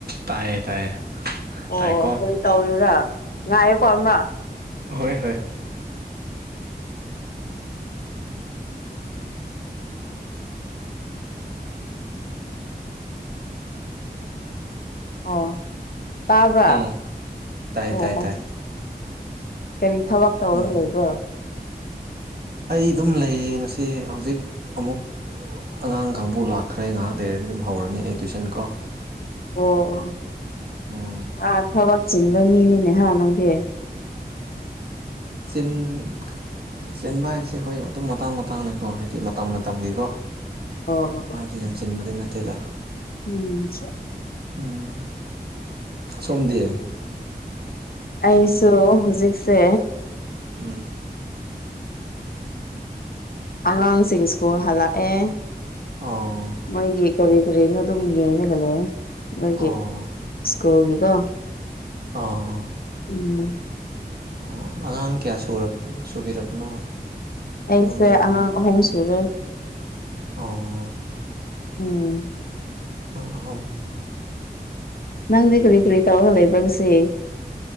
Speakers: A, on the right; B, on the left.
A: ꯇꯥꯏꯌꯦ ꯇꯥꯏꯌꯦ
B: ꯑꯣ
A: ꯇꯥꯏꯀꯣ
B: ꯑꯣ ꯇꯧꯔꯤꯔ ꯉꯥꯏꯌꯦꯀꯣ ꯑꯃ
A: ꯍꯣꯏ ꯍꯣꯏ
B: ꯑꯣ ꯇꯥꯕ꯭ꯔꯥ
A: ꯎꯝ ꯇꯥꯏ
B: ꯑꯣ
A: ꯇꯥꯏ ꯇꯥꯏ
B: ꯀꯔꯤ ꯊꯕꯛ ꯇꯧꯔꯒ
A: ꯎꯝ
B: ꯂꯩꯕ꯭ꯔꯣ
A: ꯑꯩ ꯑꯗꯨꯝ ꯂꯩꯌꯦ ꯉꯁꯤ ꯍꯧꯖꯤꯛ ꯑꯃꯨꯛ ꯑꯉꯥꯡ ꯀꯥꯡꯕꯨ ꯂꯥꯛꯈ꯭ꯔꯦ ꯉꯥꯏꯍꯥꯛ ꯂꯩꯔꯗꯤ ꯑꯗꯨꯝ ꯍꯧꯔꯅꯤ ꯑꯩ ꯇꯨꯏꯁꯟ ꯀꯣ
B: ꯑꯣ ꯑꯣ
A: ꯎꯝ
B: ꯑꯥ ꯊꯕꯛ ꯆꯤꯟꯕ ꯃꯤꯅꯤꯅꯦꯍ ꯅꯪꯗꯤ
A: ꯆꯤꯟ ꯆꯦꯟꯕ ꯍꯥꯏꯕꯁꯦ ꯍꯣꯏ ꯑꯗꯨꯝ ꯃꯇꯥꯡ ꯃꯇꯥꯡꯅꯦꯀꯣ ꯍꯥꯏꯗꯤ ꯃꯇꯝ ꯃꯇꯝꯒꯤꯀꯣ
B: ꯑꯣ
A: ꯁꯤ ꯌꯥꯝ ꯆꯤꯟꯕꯗꯤ ꯅꯠꯇꯦꯗ
B: ꯎꯝ
A: ꯎꯝ ꯁꯣꯝꯗꯤ
B: ꯑꯩꯁꯨ ꯍꯧꯖꯤꯛꯁꯦ
A: ꯎꯝ
B: ꯑꯉꯥꯡꯁꯤꯡ ꯁ꯭ꯀꯨꯜ ꯍꯜꯂꯛꯑꯦ
A: ꯑꯥ
B: ꯃꯣꯏꯒꯤ ꯀꯔꯤ ꯀꯔꯤꯅꯣ ꯑꯗꯨꯝ ꯌꯦꯡꯅꯒ ꯂꯩꯦ ꯃꯣꯏꯒꯤ
A: ꯑꯣ
B: ꯁ꯭ꯀꯨꯜꯒꯤꯀꯣ
A: ꯑꯥ ꯑꯥ
B: ꯎꯝ
A: ꯑꯣ ꯑꯉꯥꯡ ꯀꯌꯥ ꯁꯨꯕꯤꯔꯕꯅꯣ
B: ꯑꯩꯁꯦ
A: ꯁꯣꯝꯗꯤ
B: ꯑꯉꯥꯡ ꯑꯍꯨꯝ ꯁꯨꯔꯦ
A: ꯑꯣ
B: ꯎꯝ
A: ꯑꯍꯥꯎ
B: ꯅꯪꯗꯤ ꯀꯔꯤ ꯀꯔꯤ ꯇꯧꯔ ꯍꯜꯂꯕ꯭ꯔꯪꯁꯤꯦ